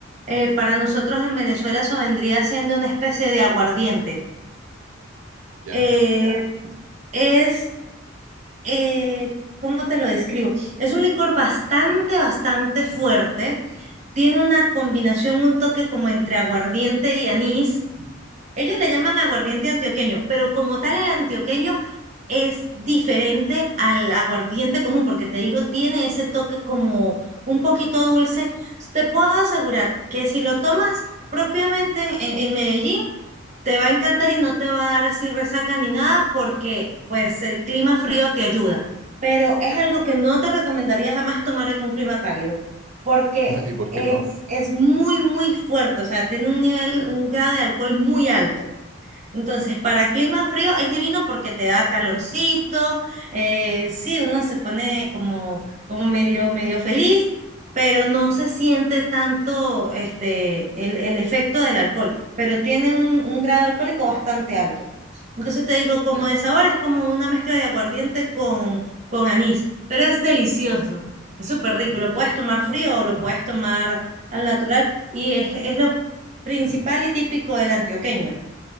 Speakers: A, on the right; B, on the right.
A: Eh, para nosotros en Venezuela eso vendría siendo una especie de aguardiente.
B: ¿Ya?
A: Eh, es, eh, ¿cómo te lo describo? Es un licor bastante, bastante fuerte. Tiene una combinación, un toque como entre aguardiente y anís. Ellos le llaman aguardiente antioqueño, pero como tal el antioqueño es diferente al aguardiente común, porque te digo, tiene ese toque como un poquito dulce. Te puedo asegurar que si lo tomas propiamente en, en en Medellín, te va a encantar y no te va a dar así resaca ni nada porque pues el clima frío te ayuda, pero es
B: ¿Ya?
A: algo que no te recomendaría jamás tomar en un clima cálido porque
B: <laughs> ¿Y por
A: es,
B: qué no?
A: es muy, muy fuerte, o sea, tiene un nivel, un grado de alcohol muy alto. Entonces, para clima frío es divino porque te da calorcito, eh, sí, uno se pone como, como medio, medio feliz, pero no se siente tanto este, el, el efecto del alcohol, pero tiene un, un grado alcohólico bastante alto. Entonces te digo, como
B: Ya entiendo.
A: de sabor es como una mezcla de aguardiente con, con anís, pero es delicioso, es súper rico, lo
B: Ya.
A: puedes tomar frío o lo puedes tomar al natural y es, es lo principal y típico del antioqueño.